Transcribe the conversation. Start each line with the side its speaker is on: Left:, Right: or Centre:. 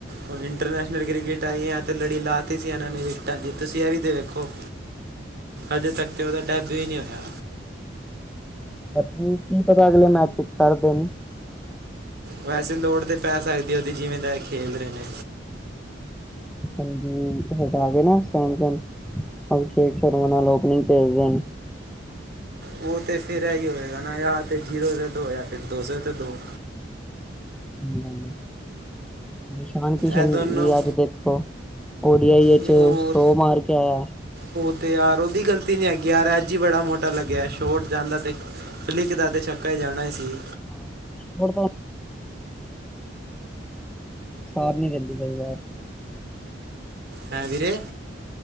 Right: ਹੁਣ ਇੰਟਰਨੈਸ਼ਨਲ ਕ੍ਰਿਕਟ ਆਈ ਆ, ਅਤੇ ਲੜੀ ਲਾ ਤੀ ਸੀ, ਇਹਨਾ ਨੇ ਵਿਕਟਾ ਦੀ, ਤੁਸੀ ਐ ਵੀ ਤਾਂ ਵੇਖੋ
Centre: <inaudible> <unintelligible>
Right: ਅਜੇ ਤੱਕ ਤੇ, ਉਹਦਾ ਟੈਸਟ ਵੀ ਨਹੀ ਹੋਇਆ
Centre: ਸਾਨੂੰ ਕੀ ਪਤਾ, ਅਗਲੇ ਮੈਸਿਜ ਪੜ੍ਹਦੇ ਨਈ
Right: ਵੈਸੇ ਲੋੜ ਤੇ, ਪੈ ਸਕਦੀ ਉਹਦੀ ਜਿਵੇ ਦਾ ਏ ਖੇਲ, ਰਹੇ ਨੇ
Centre: ਹਾਂਜੀ, ਇਧਰ ਆ ਗਏ ਨਾ ਸੈਨ ਕਰਨ। ਅਭਿਸ਼ੇਕ ਸ਼ਰਮਾ ਨਾਲ ਓਪਨਿਗ ਤੇੇਜ ਦੇਨ।
Right: ਉਹ ਤੇ ਫਿਰ ਇਹੀ ਹੋਏਗਾ ਨਾ ਯ ਤੇ ਜੀਰੋ ਤੇ ਦੋ ਆ ਫਿਰ ਦੋ ਸੋ ਤੇ ਦੋ।
Centre: ਹੂੰ, ਨਿਸ਼ਾਨ ਕਿਸੑਨ
Right: ਇਹ ਦੋਨੋਂ
Centre: ਜੀ ਅੱਜ ਦੇਖੋ ਓ ਡੀ ਆਈ 'ਚ
Right: ਉਹ
Centre: ਸੋ ਮਾਰ ਕੇ ਆਇਆ।
Right: ਉਹ ਤੇ ਯਾਰ, ਉਹਦੀ ਗਲਤੀ ਨੀ ਹੈਗੀ, ਯਾਰ ਅਜ ਹੀ ਬੜਾ ਮੋਟਾ ਲਗਿਆ ਸੋਟ, ਜਾਦਾ ਤੇ ਕਦੀ--ਕਦਾ ਤੇ, ਛੱਕਾ ਜਾਣਾ ਹੀ ਸੀ
Centre: <unintelligible> <inaudible> ਸਾਥ ਨਈ, ਦੇਂਦੀ ਕਈ ਵਾਰ
Right: ਹੈਂ ਵੀਰੇ?